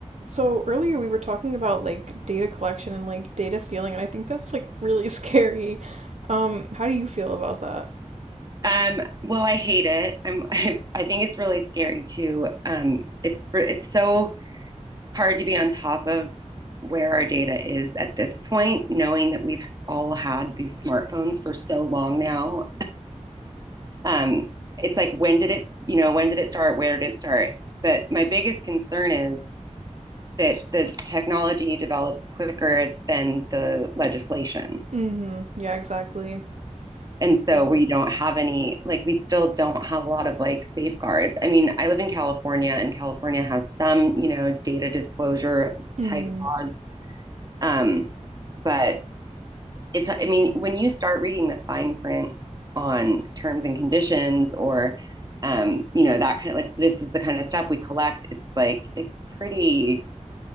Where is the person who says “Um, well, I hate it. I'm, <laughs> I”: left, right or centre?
Right